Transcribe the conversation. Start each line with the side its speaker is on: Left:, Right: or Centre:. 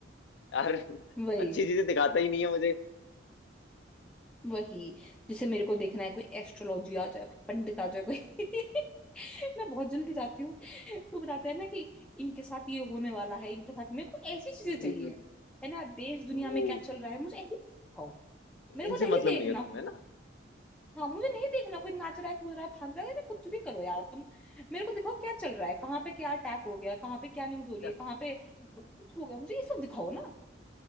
Left: यार
Centre: वही
Left: अच्छी चीजें दिखाता ही नहीं है मुझे
Centre: वही जैसे मेरे को देखना है कोई एस्ट्रोलॉजी आ जाए कोई पंडित आ जाए कोई <laughs> मैं बहुत जल्दी जाती हूँ तो बताते हैं ना कि इनके साथ ये होने वाला है इनके साथ मेरे को ऐसी चीजें
Left: हम्म,
Centre: चाहिए
Left: हम्म, हम्म, हम्म।
Centre: है ना देश दुनिया
Left: ओ
Centre: में क्या चल रहा है मुझे ऐसी दिखाओ मेरे
Left: इनसे
Centre: को नहीं
Left: मतलब
Centre: देखना
Left: नहीं है तुम्हें
Centre: कुछ
Left: ना
Centre: हाँ मुझे नहीं देखना कोई नाच रहा है कूद रहा है फांद रहा है अरे कुछ भी करो यार तुम मेरे को दिखाओ क्या चल रहा है कहाँ पे क्या अटैक हो गया कहाँ पे क्या न्यूज हो रही
Left: क्या
Centre: है कहाँ पे कुछ हो गया मुझे ये सब दिखाओ ना